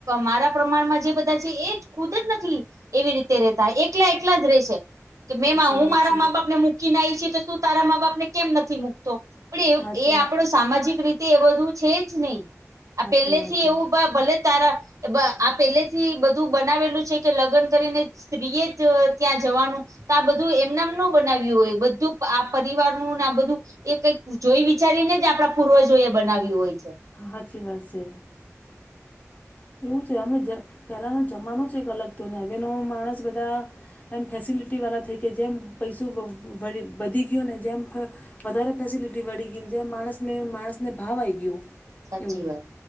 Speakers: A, on the right; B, on the left.
A: મારા પ્રમાણમાં જે બધા છે એ જ ખુદ જ નથી એવી રીતે ર રહેતા એકલા એકલા જ રહેશે કે મેમાં
B: હાચી
A: હું
B: વાત
A: મારા
B: છે.
A: મા બાપ ને મૂકીને આવી છ તો તું તારા મા બાપ ને કેમ નથી મૂકતો પણ
B: હાચી
A: એ એ આપણો સામાજિક રીતે એ બધું છે જ નહી આ
B: હાચી
A: પેલેથી
B: વાત હે.
A: એવું બા ભલે તારા એ બા આ પેલે થી બધું બનાવેલું છે કે? લગ્ન સ્ત્રીએ ત્યાં જવાનું તો આ બધું એમનામ ન બનાવ્યું હોય બધું પરિવારનું ને આ બધું એ કઈક જોઈ વિચારીને જ આપણા પૂર્વજો એ બનાવ્યું હોય છે.
B: હાચી વાત છે. એવું છે. અમે જ પેલાનો જમાનો છે એક અલગ તો ને હવેનો માણસ બધા એમ ફેસિલિટીવાલા થઈ કે જેમ પૈસું વ વધી ગયુ ને જેમ ફ વધારે ફેસિલિટી વળી ગઈની જેમ માણસને માણસને ભાવ આઈ ગયો.
A: સાચી
B: એવું
A: વાત